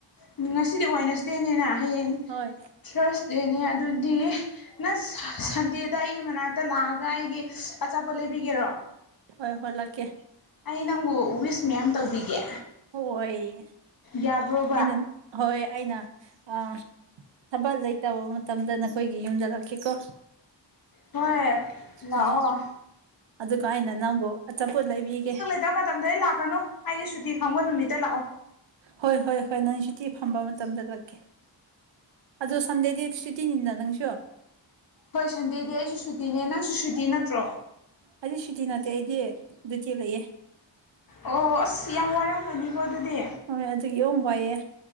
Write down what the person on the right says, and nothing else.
ꯍꯣꯏ
ꯍꯣꯏ ꯍꯣꯏ ꯂꯥꯛꯀꯦ
ꯍꯣꯏ
ꯑꯩꯅ ꯍꯣꯏ ꯑꯩꯅ ꯑ ꯊꯕꯛ ꯂꯩꯇꯕ ꯃꯇꯝꯗ ꯅꯈꯣꯏꯒꯤ ꯌꯨꯝꯗ ꯂꯥꯛꯀꯦꯀꯣ
ꯍꯣꯏ ꯑꯗꯨꯒ ꯑꯩꯅ ꯅꯪꯕꯨ ꯑꯆꯥꯄꯣꯠ ꯂꯩꯕꯤꯒꯦ
ꯍꯣꯏ ꯍꯣꯏ ꯍꯣꯏ ꯅꯪ ꯁꯨꯇꯤ ꯐꯪꯕ ꯃꯇꯝꯗ ꯂꯥꯛꯀꯦ ꯑꯗꯨ ꯁꯟꯗꯦ ꯗꯦ ꯁꯨꯇꯤꯅꯤꯗ ꯅꯪꯁꯨ
ꯑꯩꯗꯤ ꯁꯨꯇꯤ ꯅꯠꯇꯦ ꯑꯩꯗꯤ ꯗꯨꯏꯇꯤ ꯂꯩꯌꯦ
ꯍꯣꯏ ꯑꯗꯨꯒꯤ ꯌꯣꯡ ꯋꯥꯏꯑꯦ